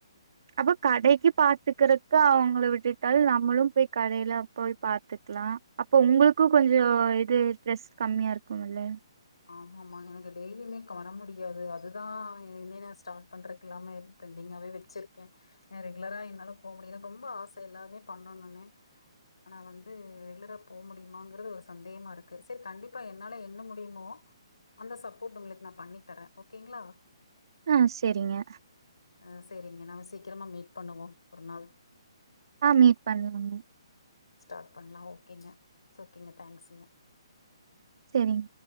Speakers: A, on the right; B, on the left.
A: அப்ப கடைக்கு பாத்துக்கறக்கு அவுங்களா விட்டுட்டால் நம்மளு போய் கடைல போய் பாத்துக்கலா அப்போ உங்களுக்கு கொஞ்சோ இது ஸ்ட்ரெஸ் கம்மியா இருக்குமில
B: ஆம மா எனக்கு டெய்லியுமே க வர முடியாது அதுதா என்னைனா சார்ட் பண்றக்கு இல்லாமா இருஞ் பெண்டிங்கா வே வச்சிருக்கே ஏ ரெகுலரா என்னால போ முடியல எனக்கு ரொம்ப ஆச எல்லாமே பண்ணணுனு ஆனா வந்து ரெகுலரா போ முடியுமாங்கிறது ஒரு சந்தேகமா இருக்கு செரி கண்டிப்பா என்னால என்ன முடியுமோ அந்த சப்போர்ட் உங்களுக்கு நான் பண்ணி தரேன் ஓகேங்களா
A: ஆ செரிங்க
B: ஆ செரிங்க நாம சீக்கிரமா மீட் பண்ணுவோம் ஒரு நாள்
A: ஆ மீட் பண்ணலாங்க
B: ஸ்டார்ட் பண்ணலாம் ஓகேங்க ஓகேங்க தேங்க்ஸ்ங்க
A: செரிங்க